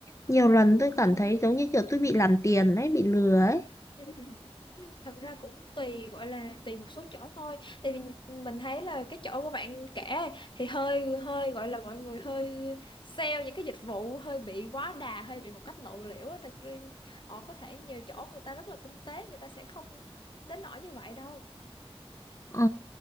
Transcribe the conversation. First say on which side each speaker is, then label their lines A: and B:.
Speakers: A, on the left; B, on the left.
A: nhiều lần tôi
B: không
A: cảm thấy giống như kiểu tôi bị làm tiền ấy bị lừa ấy
B: Ừ. Thật ra cũng tùy gọi là tùy một số chỗ thôi tại vì mình thấy là cái chỗ của bạn kể thì hơi hơi gọi là mọi người hơi sale những cái dịch vụ hơi bị quá đà hơi bị một cách lộ liễu á thật ra họ có thể nhiều chỗ người ta rất là tinh tế người ta sẽ không đến nỗi như vậy đâu
A: Ờ,